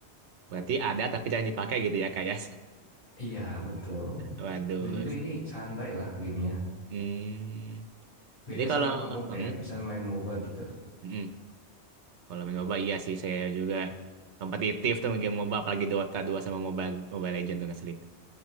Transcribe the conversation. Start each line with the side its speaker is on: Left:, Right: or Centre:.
Right: Berarti ada tapi jangan dipakai gitu ya, Kak, ya?
Left: Iya betul.
Right: <laughs> Waduh.
Left: Dan juga ini santai lah gamenya.
Right: Hmm.
Left: Beda
Right: Jadi kalau...
Left: sama kamu kayak
Right: Hmm,
Left: misalnya main MOBA gitu.
Right: mm Kalau main MOBA, iya sih. Saya juga kompetitif tuh game MOBA. Apalagi Dota dua sama Mobile, Mobile Legends tuh ngeselin.